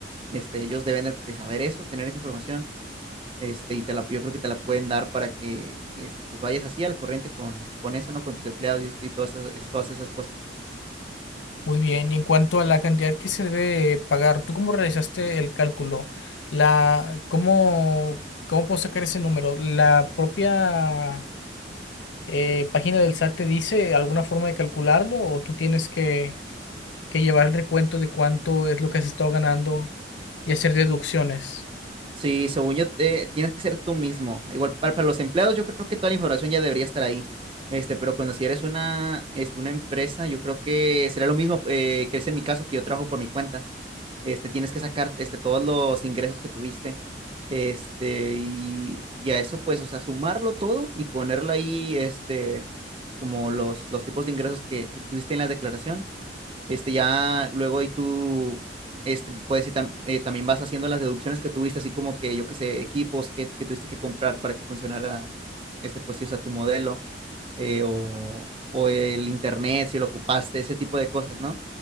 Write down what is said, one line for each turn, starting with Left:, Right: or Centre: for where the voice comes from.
Right: Este, ellos deben de, de saber eso, tener esa información. Este, y te la, yo creo que te la pueden dar para que este, pues vayas así al corriente con, con eso, ¿no? Con tus empleados y, este- y todas esas, todas esas cosas.
Left: Muy bien, y en cuanto a la cantidad que se debe pagar, ¿tú cómo realizaste el cálculo? La, ¿cómo, cómo puedo sacar ese número? ¿La propia eh, página del SAT te dice alguna forma de calcularlo o tú tienes que, que llevar el recuento de cuánto es lo que has estado ganando y hacer deducciones?
Right: Sí, según yo, te- tienes que ser tú mismo. Igual para, para los empleados, yo creo que toda la información ya debería estar ahí. Este, pero cuando si eres una, este, una empresa, yo creo que será lo mismo eh, que es en mi caso, que yo trabajo por mi cuenta. Este, tienes que sacar este, todos los ingresos que tuviste. Este, y, y a eso, pues, o sea, sumarlo todo y ponerlo ahí, este, como los, los tipos de ingresos que, que pusiste en la declaración este, ya luego ahí tú, este, puedes ir tam- eh, también vas haciendo las deducciones que tuviste, así como que, yo qué sé, equipos que, que tuviste que comprar para que funcionara, este, pues, si usa tu modelo, eh, o, o el internet, si lo ocupaste, ese tipo de cosas, ¿no?